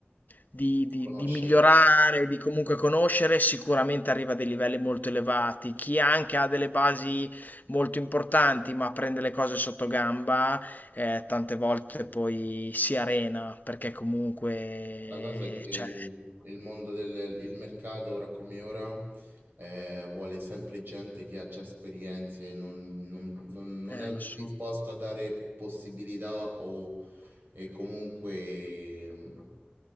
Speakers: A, on the left; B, on the right.
A: di, di-
B: Conoscere.
A: di migliorare, di comunque conoscere, sicuramente arriva a dei livelli molto elevati. Chi anche ha delle basi molto importanti, ma prende le cose sotto gamba, eh, tante volte poi si arena, perché comunque,
B: La cosa è che il,
A: cioè,
B: il mondo del il mercato, ora come ora, eh, vuole sempre gente che ha già esperienze, non, non- non- non
A: eh,
B: è
A: lo so.
B: disposto a dare possibilità o e comunque mh,